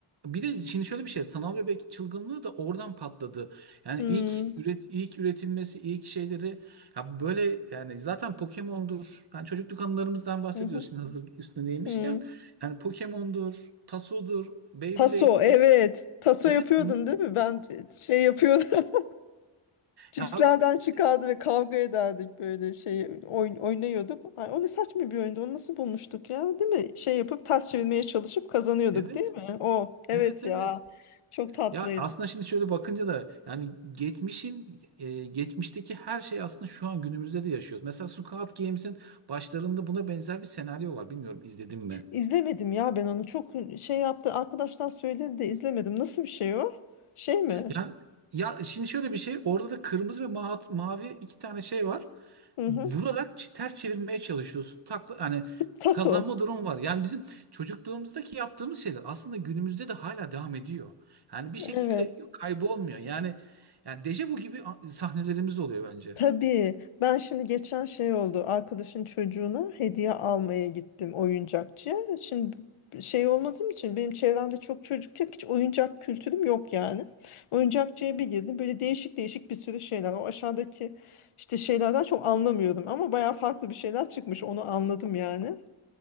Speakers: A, on the right (about 50°); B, on the left (about 85°).
A: bir de şimdi şöyle bir şey sanal bebek çılgınlığı da oradan patladı. Yani
B: Hmm,
A: ilk üret ilk üretilmesi ilk şeyleri ya böyle yani zaten Pokemon'dur. Yani çocukluk anılarımızdan bahsediyorsun
B: hı hı,
A: hazır üstüne değmişken.
B: hmm.
A: Yani Pokemon'dur, Taso'dur, Beyblade'dir.
B: Taso evet. Taso
A: Evet
B: yapıyordun
A: bunu
B: değil mi? Ben şey yapıyordum. <laughs> Cipslerden
A: ya
B: çıkardı
A: işte
B: ve kavga ederdik böyle şey oyun oynuyorduk. Ay, o ne saçma bir oyundu. Onu nasıl bulmuştuk ya? Değil mi? Şey yapıp ters çevirmeye çalışıp kazanıyorduk
A: evet
B: değil mi? O evet
A: evet evet.
B: ya. Çok tatlıydı.
A: Ya aslında şimdi şöyle bakınca da yani geçmişin e, geçmişteki her şey aslında şu an günümüzde de yaşıyoruz. Mesela Squid Games'in başlarında buna benzer bir senaryo var. Bilmiyorum izledim mi?
B: İzlemedim ya ben onu. Çok şey yaptı. Arkadaşlar söyledi de izlemedim. Nasıl bir şey o? Şey mi?
A: Ya ya şimdi şöyle bir şey orada da kırmızı ve ma- mavi iki tane şey var.
B: Hı
A: Vurarak
B: hı.
A: ç- ters çevirmeye çalışıyorsun. Takla hani
B: Taso.
A: kazanma durumu var. Yani bizim çocukluğumuzdaki yaptığımız şeyler aslında günümüzde de hala devam ediyor. Yani bir şekilde
B: Evet.
A: kaybolmuyor. Yani yani dejavu gibi a- sahnelerimiz oluyor bence.
B: Tabii ben şimdi geçen şey oldu arkadaşın çocuğuna hediye almaya gittim oyuncakçıya. Şimdi şey olmadığım için benim çevremde çok çocuk yok hiç oyuncak kültürüm yok yani. Oyuncakçıya bir girdim böyle değişik değişik bir sürü şeyler o aşağıdaki işte şeylerden çok anlamıyordum ama bayağı farklı bir şeyler çıkmış onu anladım yani.